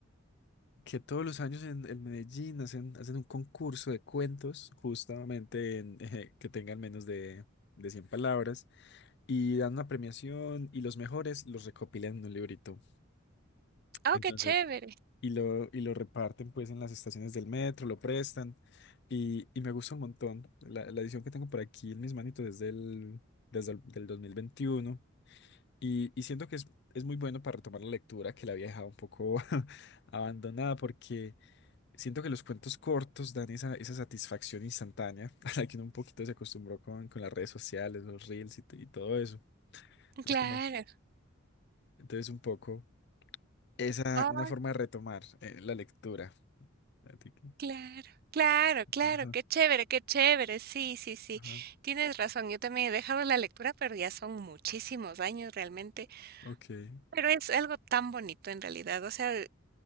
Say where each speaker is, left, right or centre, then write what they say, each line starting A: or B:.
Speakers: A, on the left; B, on the right.
A: que todos los años en, en Medellín hacen, hacen un concurso de cuentos, justamente en, <laughs> que tengan menos de, de 100 palabras. y dan una premiación y los mejores los recopilan en un librito.
B: Oh,
A: Entonces,
B: qué chévere.
A: y lo, y lo reparten pues en las estaciones del metro, lo prestan y, y me gusta un montón. La, la edición que tengo por aquí en mis manitos es del, desde el del 2021 y, y siento que es, es muy bueno para retomar la lectura que la había dejado un poco <laughs> abandonada porque siento que los cuentos cortos dan esa, esa satisfacción instantánea <laughs> a la que uno un poquito se acostumbró con, con las redes sociales, los reels y, t- y todo eso. Entonces
B: Claro.
A: como, entonces un poco... Esa,
B: Oh,
A: una forma de retomar eh, la lectura. Fíjate que-
B: claro. Claro, claro,
A: Ajá,
B: qué chévere, qué chévere. Sí, sí, sí.
A: ajá,
B: Tienes razón. Yo también he dejado la lectura, pero ya son muchísimos años realmente.
A: ok.
B: Pero es algo tan bonito en realidad. O sea,